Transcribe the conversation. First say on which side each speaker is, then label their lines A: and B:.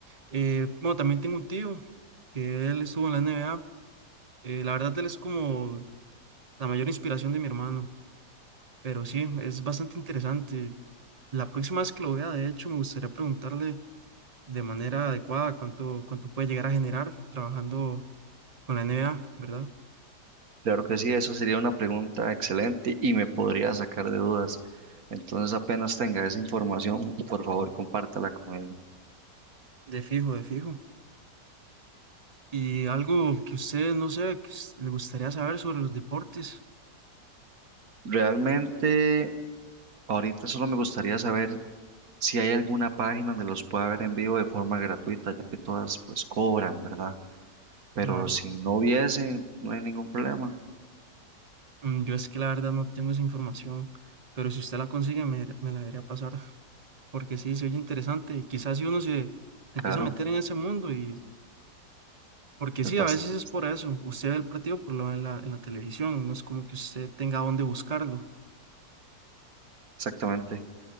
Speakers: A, on the right (about 30°); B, on the right (about 60°).
A: Eh, bueno, también tengo un tío que él estuvo en la NBA. Eh, la verdad, él es como la mayor inspiración de mi hermano. Pero sí, es bastante interesante. La próxima vez que lo vea, de hecho, me gustaría preguntarle de manera adecuada, cuánto, cuánto puede llegar a generar trabajando con la NBA, ¿verdad?
B: Claro que sí, eso sería una pregunta excelente y me podría sacar de dudas. Entonces, apenas tenga esa información, por favor, compártala conmigo.
A: De fijo, de fijo. Y algo que usted, no sé, que s- le gustaría saber sobre los deportes,
B: Realmente, ahorita solo me gustaría saber si hay alguna página donde los pueda ver en vivo de forma gratuita, ya que todas pues cobran, ¿verdad? Pero
A: claro.
B: si no hubiese, no hay ningún problema.
A: Mm, Yo es que la verdad no tengo esa información, pero si usted la consigue me, me la debería pasar, porque sí, se oye interesante y quizás si uno se, se
B: Claro,
A: empieza a meter en ese mundo y... Porque
B: es
A: sí,
B: bas-
A: a veces es por eso. Usted ve el partido por lo ve en la, en la televisión, no es como que usted tenga dónde buscarlo.
B: exactamente.